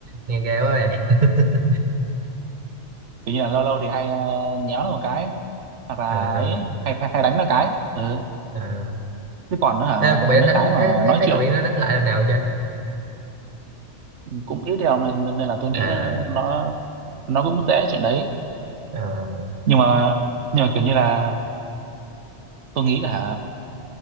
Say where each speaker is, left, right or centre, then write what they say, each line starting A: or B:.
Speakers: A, on the right; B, on the right.
A: nghe ghê quá vậy <laughs>
B: kiểu như là lâu lâu thì hay ờ, nhéo nó một cái À, và
A: à,
B: ấy hay, hay, hay đánh nó cái ừ
A: à.
B: chứ còn nó hả
A: thế cô bị đánh
B: mấy
A: đánh
B: cái mà
A: thấy thấy
B: nói
A: thấy
B: chuyện
A: cậu bị nó đánh lại lần nào chưa
B: cũng ít đâu nên, nên nên là tôi nghĩ
A: à,
B: nó nó cũng dễ chuyện đấy
A: à.
B: nhưng mà nhưng mà kiểu như là tôi nghĩ là hả,